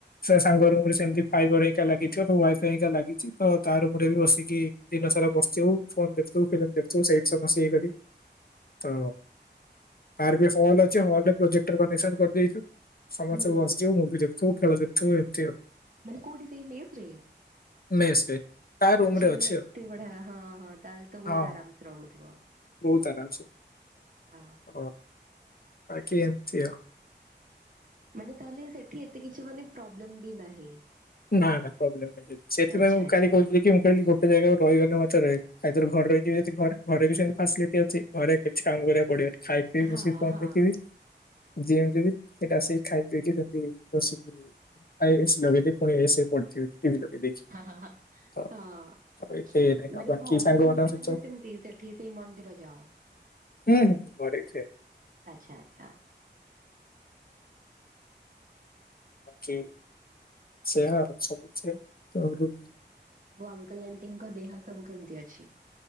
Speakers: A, on the left; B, on the right.
A: ସେ ସାଙ୍ଗ ରୁମ ରେ ସେମିତି ଫାଇବର ହେରିକା ଲାଗିଥିବ ୱାଇଫାଇ ଲାଗିଛି ତ ତା ରୁମ ରେ ବି ବସିକି ଦିନ ସାରା ବସ ଥିବୁ, ଫୋନ ଦେଖୁୁଥିବୁ, ଫିଲିମ୍ ଦେଖୁଥିବୁ ସେଇଠି ସବୁ ବସି ଇଏ କରି।
B: ହ <inaudible>
A: ତ ତାର ବି ହଲ ଅଛି ହଲରେ ପ୍ରୋଜେକ୍ଟର କନେକସନ କରିଦେଇଛୁ। ସମସ୍ତେ
B: ହୁଁ
A: ବସିଯିବୁ ମୁଭି ଦେଖୁଥିବୁ ଖେଳ ଦେଖୁଥିବୁ ଏମିତି ଆଉ।
B: ମାନେ କଉଠି ସେଇ ମେସରେ?
A: ମେସ୍ ରେ। ତା ରୁମ
B: ଆଚ୍ଛା
A: ରେ
B: ମାନେ
A: ଅଛି
B: ଏତେ
A: ଆଉ
B: ବଢିଆ ହଁ ହଁ ତାହେଲେ ତ ବହୁତ
A: ହଁ
B: ଆରାମସେ
A: ହଁ
B: ରହୁଥିବ।
A: ବହୁତ ଆରାମସେ
B: ହଁ
A: ଅ, ବାକି ଏମତି ଓ।
B: ମାନେ ତାହେଲେ ସେଠି ଏତେ କିଛି ମାନେ ପ୍ରୋବ୍ଲେମ୍ ବି ନାହିଁ?
A: ନା ନା ପ୍ରୋବ୍ଲେମ୍ ନାହିଁ ସେଠି, ସେଥିପାଇଁ
B: ଆଚ୍ଛା
A: ମୁଁ
B: ଆଚ୍ଛା
A: କାଲି କହିଥିଲି କି ମୁଁ କିହିଲି ଗୋଟେ ଜାଗା ରହିଗଲେ ମୋତେ ରହି ଆଇଦର ଘରେ ରହିଯିବେ ଯଦି ଘରେ, ଘରେ ବି ସେମିତି ଫାସିଲିଟି ଅଛି ଘରେ କିଛି କାମ କରିବାକୁ ପଡିବନି। ଖାଇ କି ବସି
B: ହଁ
A: ଫୋନ୍
B: ହଁ
A: ଦେଖିବି। ଯେମିତି କି ସେଟା ଆସିକି ଖାଇ ପିଇକି ସେମତି ବସିକି ଆଉ ଏସି ଲଗେଇ
B: ଏ
A: ଦେଇ ପୁଣି ଏସି ରେ ପଡଥିବି ଟିଭି ଲଗେଇ ଦେଖି।
B: ହଁ ହଁ ହଁ
A: ତ
B: ହଁ
A: ସହ ଏତେ ଇଏ ନାଇଁନା
B: ମାନେ
A: ଆଉ ବାକିି
B: ଘରେ
A: ସାଙ୍ଗମାନଙ୍କ
B: ରହିଲେ ବି
A: ସହିତ
B: ତମେ ସେମିତି ସେଠି ସେଇ ମନ୍ଦିର ଯାଅ
A: ଉଁ, ହୁଁ।
B: ଆଚ୍ଛା, ଆଚ୍ଛା।
A: ବାକି ସେହା ଆଉ ସବୁ ସେ ତ ରୁ <inaudible>
B: ଓ ଅଙ୍କଲ୍ ଆଣ୍ଟିଙ୍କ ଦେହ ସବୁ କେମିତି ଅଛି?